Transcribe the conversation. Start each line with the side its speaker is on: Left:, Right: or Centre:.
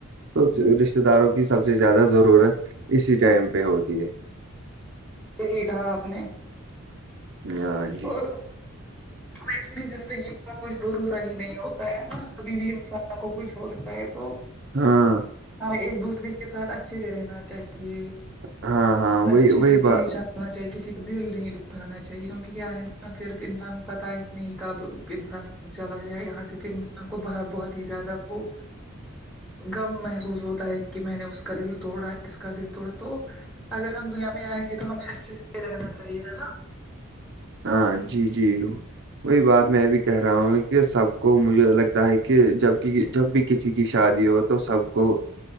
Right: تو رشتے داروں کی سب سے زیادہ ضرورت اسی ٹائم پہ ہوتی ہے
Centre: صحیح کہا آپ نے
Right: ہاں جی
Centre: اور ویسے بھی زندگی کا کچھ بھروسا ہی نہیں ہوتا ہے نا کبھی بھی انسان کو کچھ ہو سکتا ہے تو
Right: ہاں
Centre: ایک دوسرے کے ساتھ اچھے سے رہنا چاہیے
Right: ہاں ہاں وہی
Centre: اچھے
Right: وہی
Centre: سے پیش
Right: بات
Centre: ہونا چاہیے کسی کا دل نہیں کھانا چاہیے کیونکہ کیا ہے نا پھر انسان کو پتا ہی نہیں کب انسان چلا جائے یہاں سے پھر انسان کو بہت ہی زیادہ وہ غم محسوس ہوتا ہے کہ میں نے اس کا دل توڑا اس کا دل توڑا تو اگر ہم دنیا میں آئیں گے تو ہمیں اچھےز سے رہنا چاہیے ہے نا
Right: ہاں جی جی وہی بات میں بھی کہہ رہا ہوں کہ سب کو مجھے لگ کیا ہے کہ جب جب بھی کسی کی شادی ہو تو سب کو